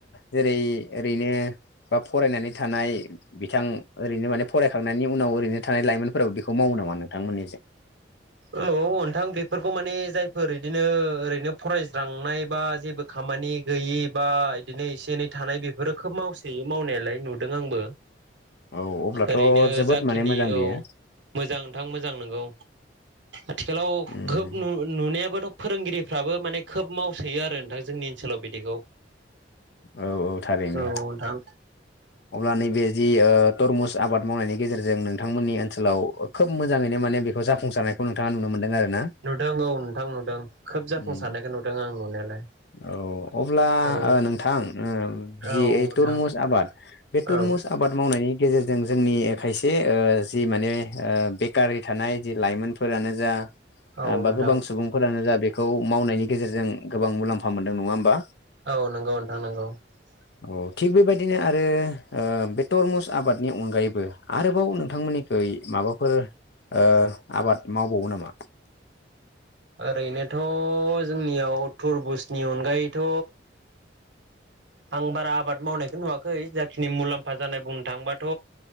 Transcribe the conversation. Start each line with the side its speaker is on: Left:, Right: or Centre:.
Left: जेरै ओरैनो बा फरायनानै थानाय बिथां ओरैनो माने फरायखांनायनि उनाव ओरैनो थानाय लाइमोनफोराबो‌ बि खौ मावो नामा नोंथांमोननिथिं
Right: औ नोंथां बेफोरखौ माने जायफोर बिदिनो ओरैनो फरायस्रांनाय बा जेबो खामानि गैयि बा बिदिनो एसे एनै थानाय बेफोरो खोब मावसोयो मावनायालाय नुदों आंबो
Left: औ अब्लाथ'
Right: ओरैनो
Left: जोबोद
Right: जाखिनि
Left: माने मोजां बियो
Right: औ मोजां नोंथां मोजां नंगौ आथिखालाव
Left: उम
Right: खोब नु नुनायाबोथ' फोरोंगिरिफ्राबो माने खोब मावसोयो आरो नोंथां जोंनि ओनसोलाव बिदिखौ
Left: औ औ थारैनो
Right: औ नोंथां
Left: अब्ला नैबे जि ओ तरमुस आबाद मावनायनि गेजेरजों नोंथांमोननि ओनसोलाव खोब मोजाङैनो माने बेखौ जाफुंसारनायखौ नोंथाङा नुनो मोनदों आरो ना
Right: नुदों औ नोंथां नुदों खोब जाफुंसारखौ
Left: उम
Right: नुदों आं नुनायालाय
Left: औ अब्ला
Right: औ
Left: नोंथां जि
Right: औ नोंथां
Left: तरमुज आबाद बे तरमुज
Right: औ
Left: आबाद माव मावनायनि गेजेरजों जोंनि खायसे ओ जि माने ओ बेकारै थानाय जि लाइमोनफोर जा
Right: औ
Left: बा
Right: नोंथां
Left: गोबां सुबुंफोरानो जा बेखौ मावनायनि गेजेरजों गोबां मुलाम्फा मोनदों नङा होमबा
Right: औ नंगौ नोंथां नोंगौ ।
Left: औ थिग बेबायदिनो आरो ओ बे तरमुज आबादनि अनगायैबो आरोबाव नोंथांमोननिखै माबाफोर ओ आबाद मावबावो नामा?
Right: ओरैनोथ' जोंनियाव तुरबुज नि अनगायैथ' आं बारा आबाद मावनायखौ नुवाखै जाखिनि मुलाम्फा जानाय बुंनो थांबाथ'